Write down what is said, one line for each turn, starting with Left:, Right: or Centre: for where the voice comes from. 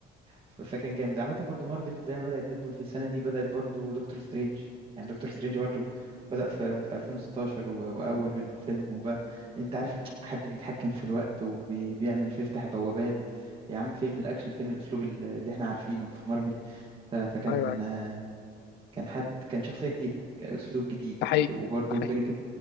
Right: ف- فكان جامد عامة برضو مارفل زي ما بدأت ديدبول في السنة دي بدأت برضو دكتور سترينج يعني دكتور سترينج برضو بدأ في, في 2016 و... وأول الفيلم وبقى أنت عارف حد بيتحكم في الوقت وبيعمل بيفتح بوابات يا عم فين الأكشن فين الأسلوب ال- اللي احنا عارفينه في مارفل ف... فكان
Left: ايوه ايوه
Right: كان حد كان شخصية جديدة كأسلوب جديد
Left: ده حقيقي
Right: وبرضو
Left: ده حقيقي
Right: بينكت